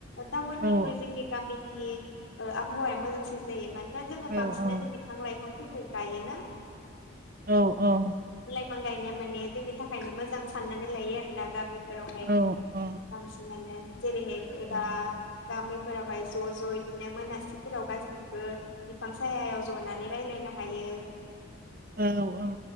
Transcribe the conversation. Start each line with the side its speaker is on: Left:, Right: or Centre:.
Left: टाउननिख्रुइ
Right: औ
Left: जोंनि गामिनि ओ आबहावाया मोजांसिन जायो मानो ना जोङो
Right: औ
Left: बांसिनानो
Right: औ
Left: बिफां लाइफांफोरखौ गायोना।
Right: औ औ
Left: बिफां गायनाया माने जोंनि थाखायनो मोजां साननानै लायो आरो ना गामि जेरावहाय
Right: औ औ
Left: बांसिनानो जेरैहाय दा गामिफोरावहाय ज ज इदिनो मोनासिफोराव गासिबो बिफां सायायाव जनानै रायलायनो हायो
Right: औ औ